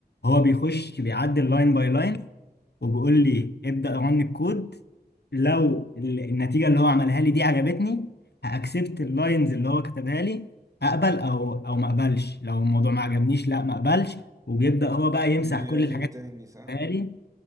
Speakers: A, on the left (about 80°); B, on the right (about 20°).
A: هو بيخش بيعدل لاين باي لاين وبيقول لي ابدأ رن الكود لو ال- النتيجة اللي هو عملها لي دي عجبتني هأكسبت اللاينز اللي هو كتبها لي أقبل أو أو ما أقبلش لو الموضوع ما عجبنيش لا ما أقبلش وبيبدأ هو بقى يمسح
B: بيعيد
A: كل الحاجات
B: تاني صح؟
A: اللي كتبها لي